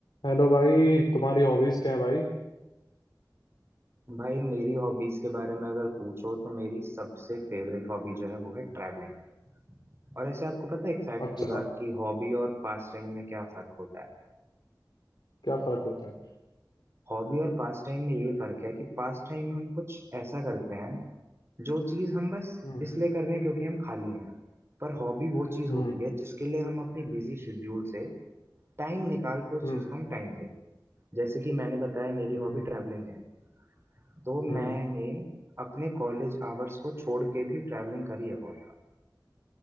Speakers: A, on the left; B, on the right.
A: Hello भाई तुम्हारी hobbies क्या है भाई
B: भाई मेरी हॉबीज के बारे में अगर पूछो तो मेरी सबसे फेवरेट हॉबी जो है वो है ट्रैवलिंग और ऐसे आपको पता है एक फैक्ट
A: अच्छा
B: की बात कि हॉबी और पास टाइम में क्या फर्क होता है
A: क्या फर्क होता है
B: हॉबी और पास टाइम में ये फर्क है कि पास टाइम हम कुछ ऐसा करते हैं जो चीज हम बस
A: हम्म
B: इसलिए कर रहे हैं क्योंकि हम खाली हैं पर हॉबी वो चीज होती
A: हम्म
B: है जिसके लिए हम अपने बिजी शेड्यूल से टाइम निकाल के उस
A: हम्म
B: चीज को हम टाइम दें जैसे कि मैंने बताया मेरी
A: हम्म
B: हॉबी ट्रैवलिंग है तो
A: हम्म
B: मैंने अपने कॉलेज आवर्स को छोड़ के भी ट्रैवलिंग करी है बहुत